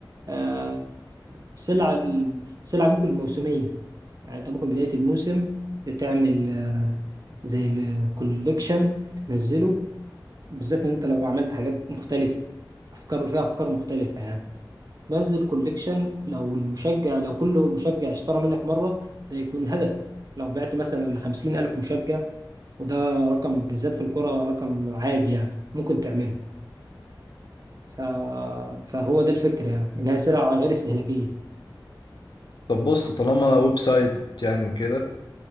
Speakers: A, on the right; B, on the left.
A: آه، سلعة ال- سلعة ممكن موسمية يعني انت ممكن بداية الموسم تعمل آه، زي الكوليكشن تنزله بالذات ان انت لو عملت حاجات مختلفة افكار فيها افكار مختلفة يعني تنزل كوليكشن لو المشجع لو كل مشجع اشترى منك مرة ده يكون هدف لو بعت مثلا لخمسين ألف مشجع وده رقم بالذات في الكرة رقم عادي يعني ممكن تعمله ف... فهو ده الفكرة يعني إنها سلعة غير استهلاكية
B: طب بص طالما ويب سايت يعني وكده